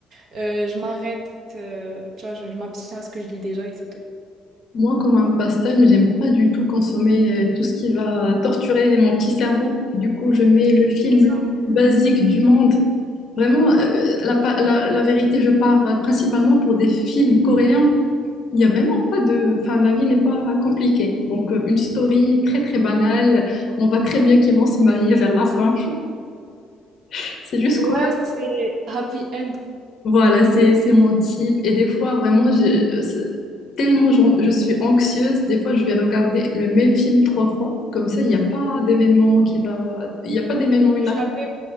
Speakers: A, on the right; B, on the left.
A: Euh, je m'arrête, euh, tu vois, je, je m'abstiens à ce que je lis déjà et c'est tout.
B: Moi, comme un passe-temps, j'aime pas du tout consommer euh, tout ce qui va torturer mon petit cerveau. Du coup, je mets le film
A: C'est ça.
B: le plus basique du monde. Vraiment, euh, la, pa- la- la vérité, je pars euh, principalement pour des films coréens. Il y a vraiment pas de... Enfin, la vie n'est pas compliquée. Donc, euh, une story très, très banale. On voit très bien qu'ils vont se marier vers la fin. <laughs> C'est juste quoi.
A: Ouais, c'est Happy end.
B: Voilà, c'est, c'est mon type. Et des fois, vraiment, je- c'est- tellement j'en- je, suis anxieuse, des fois, je vais regarder le même film trois fois. Comme ça, il n'y a pas d'événement qui va... Il n'y a pas d'événement
A: échappé.